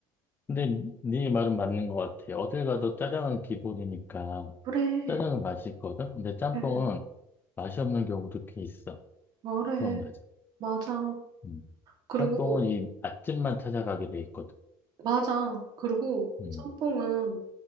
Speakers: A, on the left; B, on the right.
A: 근데 네 말은 맞는 것 같아. 어딜 가도 짜장은 기본이니까
B: 그래,
A: 짜장은 맛있거든? 근데 짬뽕은
B: 그래,
A: 맛이 없는 경우도 꽤 있어.
B: 말해.
A: 그건 맞아.
B: 맞아.
A: 음.
B: 그리고,
A: 짬뽕은 이 맛집만 찾아가게 돼 있거든.
B: 맞아. 그리고
A: 음.
B: 짬뽕은